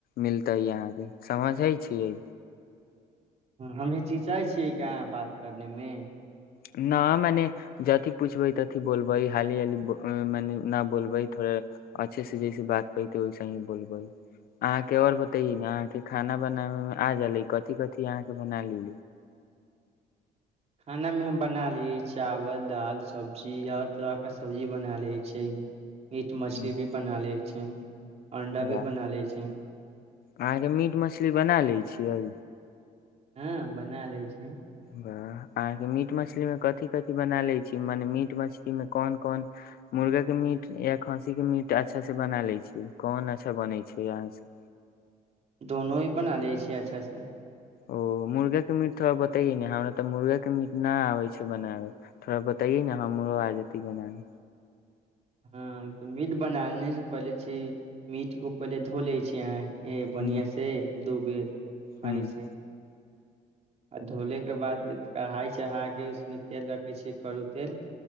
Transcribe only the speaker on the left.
मिलतै अहाँ के समझ हे छीयै
न मने जथी पूछबै तथि बोलबे हाली हाली मने न बोलबै थोड़े अच्छे से जैसे बात करते वैसे ही बोलबे अहाँके और बतेे ने अहाँके खाना बनाबे मे आ जाले कथिकथि अहाँके बना ली
हम्म,
वाह
अहाँके मीट मछली बना लैत छियै
वाह अहाँके मीट मछली मे कथि कथि बना लैय छी मने मीट मछली मे कोन कोन मुर्गा के मीट या खस्सी के मीट अच्छा से बना लैय छी कोन अच्छा बनै छै अहाँसे
ओ मुर्गा के मीट थोड़ा बताइए ने हमरा तऽ मुर्गा के मीट नहि आबे छै बनाबे थोड़ा बताइये ने हमरो आ जयतै बनाबै
ह्म
ह्म